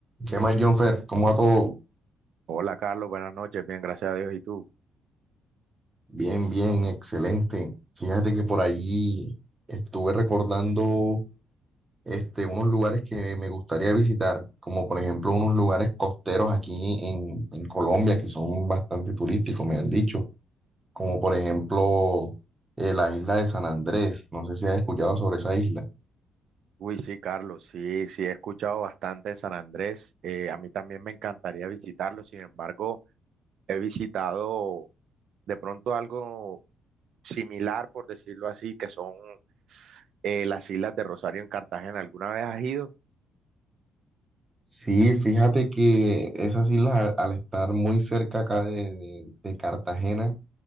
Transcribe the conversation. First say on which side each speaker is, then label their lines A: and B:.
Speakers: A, on the right; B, on the right.
A: ¿Qué más, Jonfer? ¿Cómo va todo?
B: Hola Carlos, buenas noches, bien, gracias a Dios. ¿Y tú?
A: Bien, bien, excelente. Fíjate que por allí estuve recordando este, unos lugares que me gustaría visitar, como por ejemplo unos lugares costeros aquí en, en Colombia que son bastante turísticos, me han dicho, como por ejemplo eh, la isla de San Andrés. No sé si has escuchado sobre esa isla.
B: Uy, sí, Carlos, sí, sí, he escuchado bastante de San Andrés. Eh, a mí también me encantaría visitarlo, sin embargo, he visitado de pronto algo similar, por decirlo así, que son eh, las Islas de Rosario en Cartagena. ¿Alguna vez has ido?
A: Sí, fíjate que esas islas al, al estar muy cerca acá de, de de Cartagena,